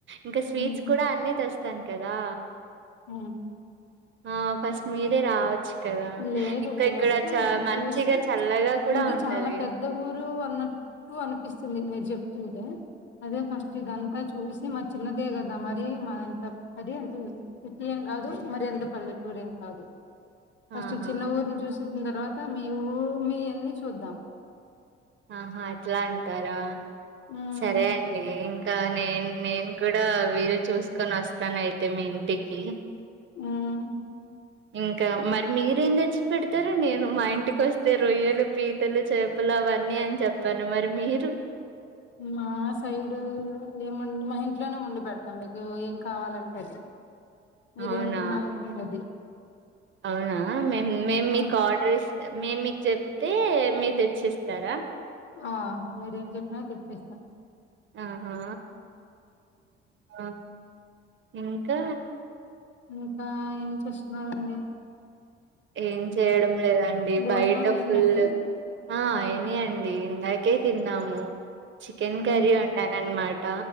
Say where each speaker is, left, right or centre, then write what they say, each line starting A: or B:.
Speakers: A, on the right (about 40°); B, on the left (about 35°).
A: ఇంకా స్వీట్స్
B: హ్మ్.
A: అన్నీ తెస్తాను కదా
B: హ
A: ఆ ఫస్ట్ మీరే రావచ్చు కదా!
B: లేదు
A: ఇంకా
B: మీరు
A: ఇక్కడ
B: వస్తే
A: చ
B: ఇది
A: మంచిగా
B: చూసి
A: చల్లగా కూడా
B: మీది
A: ఉంటది.
B: చాలా పెద్ద ఊరు అన్న టూ అనిపిస్తుంది మీరు చెప్తుంటే అదే ఫస్ట్ ఇదంతా చూసి మ చిన్నదే కదా మరి మదంతా అది అంత కాదు మరి ఎంత పల్లెటూర ఏం కాదు ఫస్ట్
A: ఆహా!
B: చిన్న ఊరుని చూసించిన తర్వాత మీ ఊ మీ అన్ని చూద్దాం
A: ఆహా అట్లా అంటారా
B: మ్మ్
A: సరే అండి ఇంకా ఇంకా నేన్ నేను కూడా వీళ్ళు చూసుకొని వస్తాన్ అయితే మీ ఇంటికి
B: మ్మ్
A: ఇంకా మరి మీరేం తెచ్చి పెడతారు నేను మా ఇంటికి వస్తే రొయ్యలు పీతలు చేపలు అవన్నీ అని చెప్పాను మరి మీరు
B: మా సైడు ఏము మా ఇంట్లోనే ఉండి పెడతాం మీకు ఏం కావాలంటీది మీరేం
A: అవునా!
B: తినాల అనుకుంటే అది
A: అవునా మేము మేము
B: ఆ
A: మీకు ఆర్డర్ ఇస్త మే మీకు చెప్తే మీరు తెచ్చిస్తారా
B: ఆ మీరేం చెప్పిన తెప్పిస్తాం
A: ఆహా అ ఇంకా
B: ఇంకా ఏం చేస్తున్నారండి
A: ఏం చేయడం లేదండి
B: భోజనాలు
A: బయట
B: అయిందండి
A: ఫుల్ ఆ అయినా అండి దాకే తిన్నాము చికెన్
B: ఉమ్
A: కర్రీ వండాను అనమాట